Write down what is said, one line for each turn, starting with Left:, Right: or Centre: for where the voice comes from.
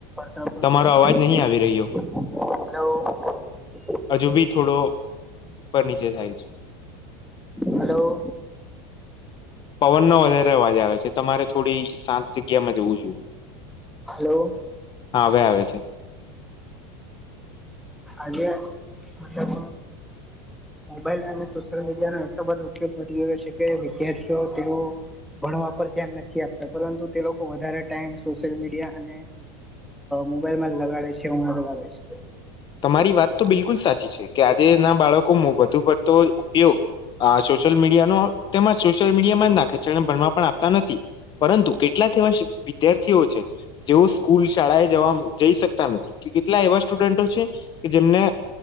Centre: પતા પણ
Left: તમારો
Centre: અસર થાય
Left: અવાજ નહીં
Centre: છે
Left: આવી રહ્યો
Centre: <unintelligible>
Left: હજુ બી થોડો ફનીચર થાય છે.
Centre: હલો!
Left: પવન નો વધારે અવાજ આવે છે તમારે થોડી સાત જગ્યામાં જવું જોઈએ.
Centre: હલો!
Left: હા હવે આવે છે.
Centre: અજે મતલબ મોબાઈલ અને સોશિયલ મીડિયાનો એટલો બધો ઉપયોગ વધી ગયો છે કે વિદ્યાર્થીઓ તેઓ ભણવા પર ધ્યાન નથી આપતા પરંતુ તે લોકો વધારે ટાઈમ સોશિયલ મીડિયા અને મોબાઈલ મા જ લગાડે છે એવુ મને લાગે છે.
Left: તમારી વાત તો બિલકુલ સાચી છે કે આજે ના બાળકોમાં વધુ પડતો ઉપયોગ આ સોશ શિયલ મીડિયાનો સોશિયલ મીડિયામા જ નાખે છે અને ભણવા આપતા નથી પરંતુ કેટલાક એવા શી વિદ્યાર્થીઓ છે જેઓ સ્કૂલ શાળા એ જવા જઈ શકતા નથી કે કેટલા એવા સ્ટુડન્ટો છે કે જેમને